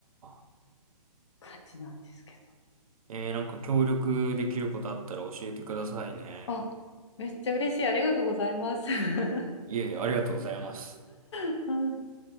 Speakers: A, on the right; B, on the left.
A: あ。
B: 感じなんですけ
A: えー、なんか協力できることあったら教えてくださいね。
B: ど。あ、めっちゃ嬉しい。ありがとうございます。<laughs>
A: いえいえ、ありがとうございます。
B: あ